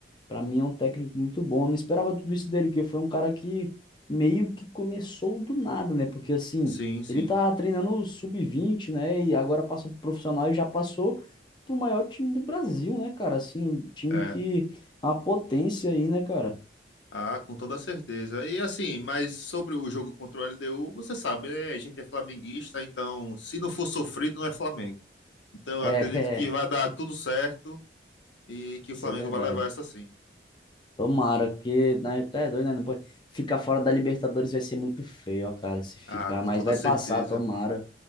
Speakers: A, on the left (about 25°); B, on the left (about 80°).
A: para mim é um técnico muito bom. Eu Não esperava tudo isso dele, porque foi um cara que meio que começou do nada, né? Porque assim,
B: sim, sim.
A: ele tá treinando o sub vinte né? E agora passa pro profissional e já passou pro maior time do Brasil, né, cara? Assim, um time
B: É.
A: que é uma potência aí, né, cara?
B: Ah, com toda certeza. E assim, mas sobre o jogo contra o LDU, você sabe, né? A gente é flamenguista, então se não for sofrido, não é Flamengo. Então eu
A: É,
B: acredito
A: <laughs>
B: que
A: é,
B: vai dar tudo certo e que o
A: isso
B: Flamengo
A: é verdade.
B: vai levar essa sim.
A: Tomara, porque né, até é doido, né? Não pode... Ficar fora da Libertadores vai ser muito feio, ó, cara, se ficar,
B: Ah, com
A: mas
B: toda
A: vai
B: certeza,
A: passar, tomara.